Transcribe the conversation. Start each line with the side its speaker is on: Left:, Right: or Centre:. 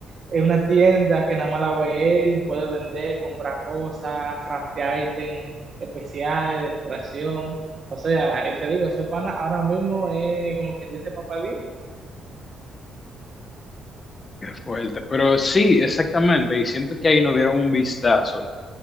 Right: es una tienda que nada más la ve él, puede vender, comprar cosas, craftear ítems especiales, decoración. O sea, él te digo, ese pana ahora mismo es como quien dice papá Dios.
Left: qué fuerte. Pero sí, exactamente, y siento que ahí nos dieron un vistazo,